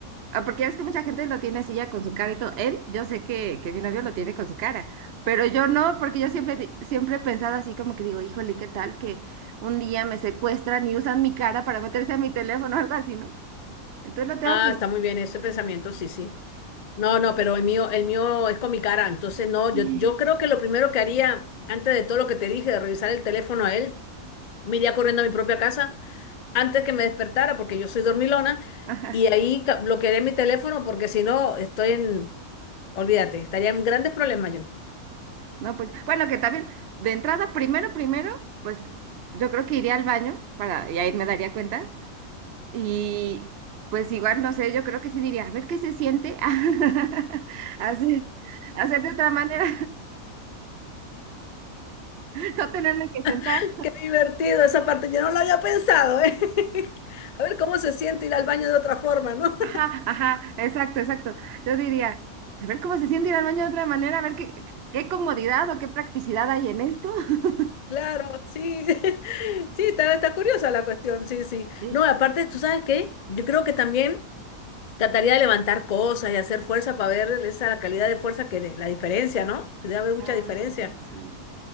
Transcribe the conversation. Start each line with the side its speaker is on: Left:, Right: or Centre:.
Right: ah, porque ya ves que mucha gente lo tiene así ya con su cara y todo. Él, yo sé que, que mi novio lo tiene con su cara, pero yo no, porque yo siempre, di- siempre he pensado así como que digo, híjole, ¿qué tal que un día me secuestran y usan mi cara para meterse a mi teléfono o algo así, ¿no? Entonces lo tengo
Left: Ah,
Right: como...
Left: está muy bien ese pensamiento, sí, sí. No, no, pero el mío, el mío es con mi cara, entonces no,
Right: Sí.
Left: yo, yo creo que lo primero que haría, antes de todo lo que te dije, de revisar el teléfono a él, me iría corriendo a mi propia casa antes que me despertara, porque yo soy dormilona,
Right: Ajá.
Left: y ahí ca- bloquearé mi teléfono, porque si no, estoy en, olvídate, estaría en grandes problemas yo.
Right: No, pues, bueno, que también, de entrada, primero, primero, pues yo creo que iría al baño para, y ahí me daría cuenta Y pues igual, no sé, yo creo que sí diría, a ver qué se siente <laughs> hacer, hacer de otra manera, <laughs> no tenerme que sentar.
Left: <laughs> Qué divertido esa parte, yo no lo había pensado, ¿eh? <laughs> A ver cómo se siente ir al baño de otra forma, ¿no?
Right: Ajá, ajá, exacto, exacto. Yo diría, a ver cómo se siente ir al baño de otra manera, a ver qué, qué comodidad o qué practicidad hay en esto. <laughs>
Left: Claro, sí, <laughs> sí, está, está curiosa la cuestión, sí, sí.
Right: Sí.
Left: No, aparte, ¿tú sabes qué? Yo creo que también trataría de levantar cosas y hacer fuerza para ver esa la calidad de fuerza que de- la diferencia, ¿no? Que debe haber mucha
Right: Ah,
Left: diferencia.
Right: sí.